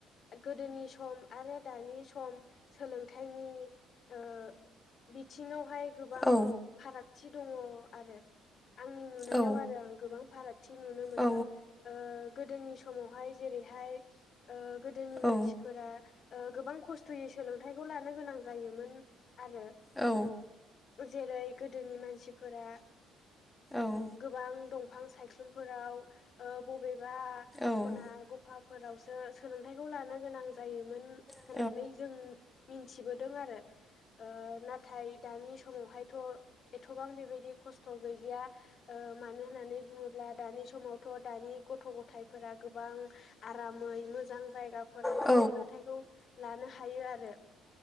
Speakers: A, on the left (about 40°); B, in the centre.
A: गोदोनि सम आरो दानि सम सोलोंथाइनि ओ बिथिङाव बेहाय गोबां
B: औ
A: फारागथि दङ आरो आंनि नुनायाव
B: औ
A: आरो आं गोबां फाराग थि नुनो मोनदों
B: औ
A: ओ गोदोनि समावहाय जेरैहाय ओ गोदोनि मानसिफोरा
B: औ
A: ओ गोबां खस्थ' सोलोंथाइखौ लानो गोनां जायोमोन आरो
B: औ
A: ओ जेरै गोदोनि मानसिफोरा
B: औ
A: गोबां दंफां बिफां सायख्लुमफोराव ओ बबेबा
B: औ
A: खना गफाफोराव सोलोंथाइखौ लानो गोनां जायोमोन होननानै
B: औ
A: जों मिन्थिबोदों आरो ओ नाथाय दानि समावहाय थ एथ'बां बेबायदि खस्थ गैलिया ओ मानो होननानै बुङोब्ला दानि सम समावथ' दानि गथ' गथायफोरा गोबां आरामै मोजां जायगाफोरावहाय
B: औ
A: सोलोंथायखौ लानो हायो आरो।